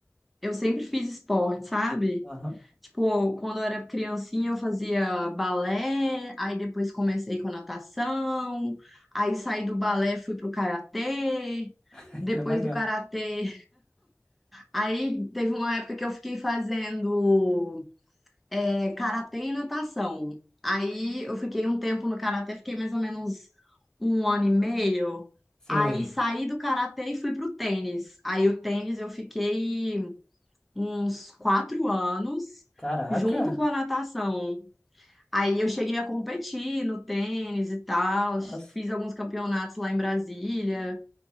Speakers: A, in the centre; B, on the left (about 15°).
A: eu sempre fiz esporte, sabe?
B: Aham,
A: Tipo, quando eu era criancinha eu fazia balé, aí depois comecei com natação, aí saí do balé, fui pro karatê,
B: <laughs>
A: depois
B: é legal.
A: do karatê, aí teve uma época que eu fiquei fazendo é, karatê e natação. Aí eu fiquei um tempo no karatê, fiquei mais ou menos um ano e meio.
B: Sei.
A: Aí saí do karatê e fui pro tênis. Aí o tênis eu fiquei uns quatro anos
B: Caraca!
A: junto com a natação. Aí eu cheguei a competir no tênis e tal,
B: Nossa,
A: fiz alguns campeonatos lá em Brasília.